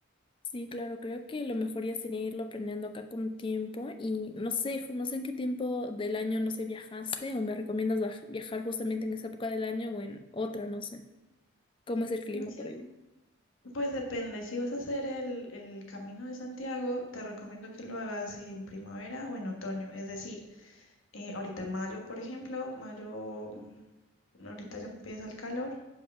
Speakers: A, on the left; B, on the left.
A: Sí, claro, creo que lo mejor ya sería irlo planeando acá con tiempo y no sé, ju- no sé en qué tiempo del año, no sé, viajaste o me recomiendas baj- viajar justamente en esa época del año o en otra, no sé. ¿Cómo es el clima
B: Mm, Sí,
A: por allá?
B: Pues depende, si vas a hacer el, el Camino de Santiago, te recomiendo que lo hagas en primavera o en otoño, es decir, eh, ahorita en mayo, por ejemplo, mayo, mm, ahorita ya empieza el calor,